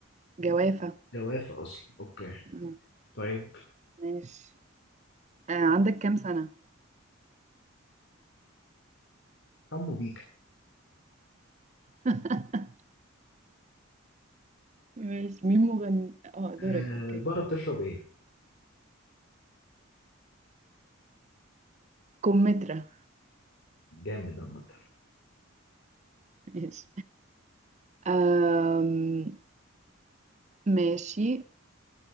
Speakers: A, on the right (about 35°); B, on the left (about 55°).
A: جوافة
B: جوافة أصلا أوكي
A: مم.
B: طيب
A: ماشي أه... عندك كام سنة
B: حمو بيكا
A: <laughs> ماشي مين مغني اه دورك
B: أه
A: اوكي
B: البقرة بتشرب إيه؟
A: كمثرى
B: جامد عامة
A: ماشي أم... ماشي